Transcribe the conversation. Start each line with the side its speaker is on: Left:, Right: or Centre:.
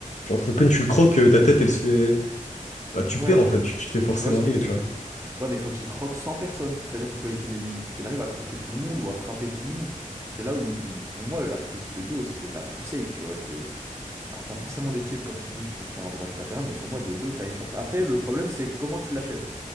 Left: genre, à peine tu le croques, euh, ta tête, elle se fait... Bah, tu
Right: Ouais,
Left: perds,
Right: je,
Left: en fait,
Right: vois-
Left: tu, tu te fais forcément
Right: je vois ce
Left: nier,
Right: que tu
Left: tu
Right: veux.
Left: vois.
Right: dire. Ouais, mais il faut qu'il croque sans personne. C'est-à-dire qu'il faut qu'il il faut qu'il arrive à croquer tout le monde ou à frapper tout le monde. C'est là où, où, pour moi, la prise de dos, c'est la plus safe, tu vois. T'es- Alors, tu as forcément des types, comme tu dis, qui vont finir en dommage collatéral, mais pour moi, de dos, tu as une chance. Après, le problème, c'est comment tu l'achèves.